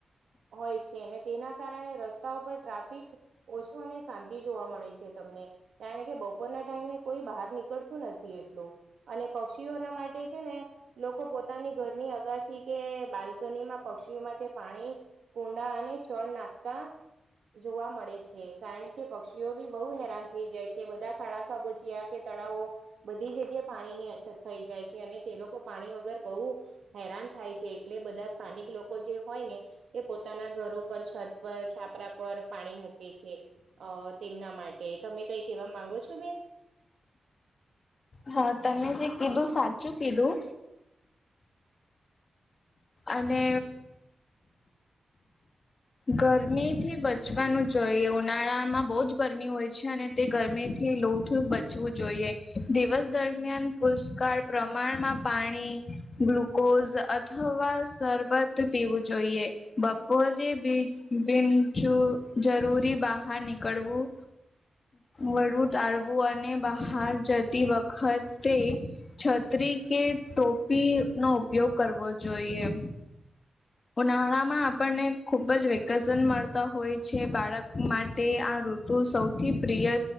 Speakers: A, on the right; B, on the left.
A: હોય છે ને તેના કારણે રસ્તાઓ પર ટ્રાફિક ઓછો અને શાંતિ જોવા મળે છે તમને કારણ કે બપોરના ટાઈમે કોઈ બહાર નીકળતું નથી એટલું અને પક્ષીઓના માટે છે ને લોકો પોતાની ઘરની અગાસી કે બાલ્કનીમાં પક્ષીઓ માટે પાણી કુંડા અને ચણ નાખતા જોવા મળે છે. કારણ કે પક્ષીઓ બી બહુ હેરાન થઈ જાય છે બધા ખાડા ખાબોચીયા કે તળાવો બધી જગ્યાએ પાણીની અછત થઈ જાય છે અને તે લોકો પાણી વગર બહુ હેરાન થાય છે એટલે બધા સ્થાનિક લોકો જે હોય ને તે પોતાના ઘરો પર, છત પર, છાપરા પર પાણી મૂકે છે. અ તેમના માટે તમે કઈ કેવા માંગો છો બેન?
B: હા તમે જે કીધું સાચું કીધું અને ગરમીથી બચવાનું જોઈએ. ઉનાળામાં બહુ જ ગરમી હોય છે અને તે ગરમીથી લૂથી બચવું જોઈએ. દિવસ દરમિયાન પુષ્કળ પ્રમાણમાં પાણી, ગ્લુકોઝ અથવા શરબત પીવું જોઈએ. બપોરે બિનજરૂરી બહાર નીકળવું વધુ ટાળવું અને બહાર જતી વખતે છત્રી કે ટોપીનો ઉપયોગ કરવો જોઈએ. ઉનાળામાં આપણને ખુબ જ વે- કેશન મળતા હોય છે બાળક માટે આ ઋતુ સૌથી પ્રિય